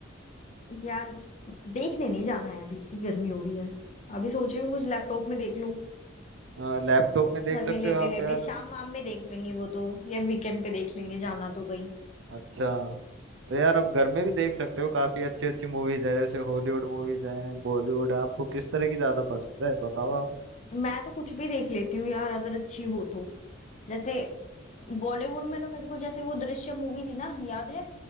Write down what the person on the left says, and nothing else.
यार देखने नहीं जाना है अभी इतनी गर्मी हो रही है अभी सोच रही हूँ कुछ लैपटॉप में देख लूँ
घर
में लेटे
लेटे
शाम वाम में देख लेंगे वो तो या वीकेंड पे देख लेंगे जाना तो कहीं
मैं तो कुछ भी देख लेती हूँ यार अगर अच्छी हो तो जैसे बॉलीवुड में ना मेरे को जैसे वो दृश्यम मूवी थी ना याद है